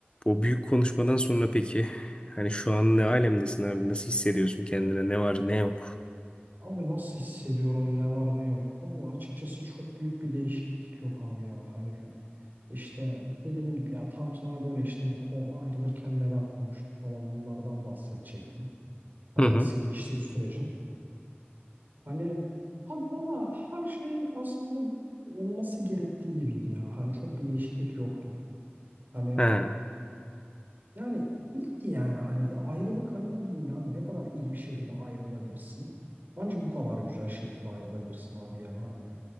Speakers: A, on the left (about 25°); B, on the right (about 50°).
A: o büyük konuşmadan sonra peki hani şu an ne alemdesin abi? Nasıl hissediyorsun kendine? Ne var ne yok?
B: Abi nasıl hissediyorum ne var ne yok. Valla açıkçası çok büyük bir değişiklik yok abi ya. Hani işte dediğim gibi ya tam sana böyle işte hani kon- ayrılırken neler konuştuk falan bunlardan bahsedecektim. Hani
A: Hı hı.
B: nasıl geçti sürecin. Hani abi valla her şey aslında olması gerektiği gibiydi ya. Hani çok bir değişiklik yoktu. Hani
A: Ha.
B: Yani iyiydi yani hani ayrılık hani ne bileyim yani ne kadar iyi bir şekilde ayrılabilirsin. Anca bu kadar güzel şekilde ayrılabilirsin abi ya hani.